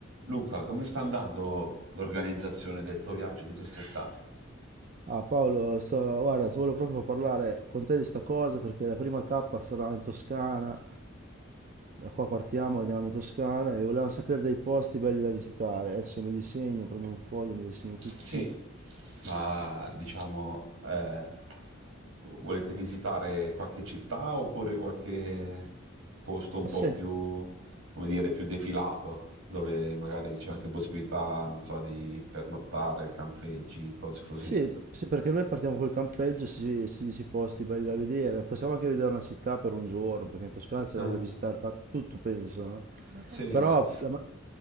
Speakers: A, on the right (about 80°); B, on the right (about 40°).
A: Luca, come sta andando l'organizzazione del tuo viaggio di quest'estate?
B: Ah Paolo, sto- guarda, volevo proprio parlare con te di sta cosa perché la prima tappa sarà in Toscana, da qua partiamo, andiamo in Toscana e volevamo sapere dei posti belli da visitare, adesso me li segno, prendo un foglio, me li segno
A: Sì,
B: tutti.
A: Ma diciamo, eh, volete visitare qualche città oppure qualche posto un
B: Ma
A: po'
B: sì,
A: più, come dire, più defilato, dove magari c'è anche possibilità, non so, di pernottare, campeggi, cose così.
B: sì, sì, perché noi partiamo col campeggio, si, si dice i posti belli da vedere, possiamo anche vedere una città per un giorno, perché in Toscana c'è
A: Eh,
B: da visitare ta- tutto penso, no?
A: sì,
B: Però
A: sì.
B: la, ma-